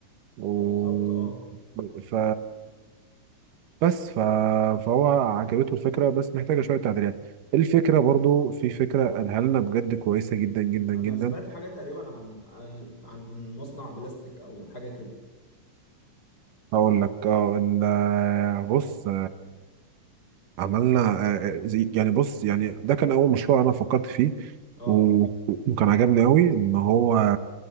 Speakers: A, on the right; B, on the left.
A: و
B: ما بالظبط اه
A: ف بس ف... فهو عجبته الفكره بس محتاجه شويه تعديلات الفكره برضو في فكره قالها لنا بجد كويسه جدا جدا
B: انا
A: جدا
B: سمعت حاجة تقريبا عن عن عن مصنع بلاستيك او حاجة كده
A: هقول لك اه ال- بص عملنا آه، زي- يعني بص يعني ده كان اول مشروع انا فكرت فيه
B: اه
A: و- وكان عجبني قوي ان هو